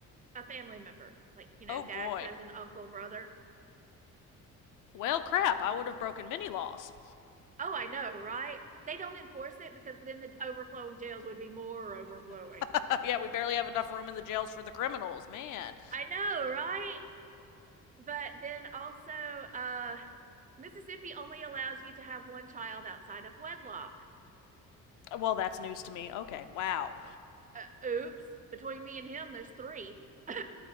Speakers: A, on the right; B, on the left.
A: a family member, like you know,
B: Oh
A: dad,
B: boy.
A: cousin, uncle, brother.
B: Well, crap, I would have broken many laws.
A: Oh, I know, right? They don't enforce it because then the overflowing jails would be more overflowing.
B: <laughs> yeah, we barely have enough room in the jails for the criminals, man.
A: I know, right? But then also, uh, Mississippi only allows you to have one child outside of wedlock.
B: Well, that's news to me. Okay, wow,
A: uh, oops, between me and him, there's three. <laughs> oh,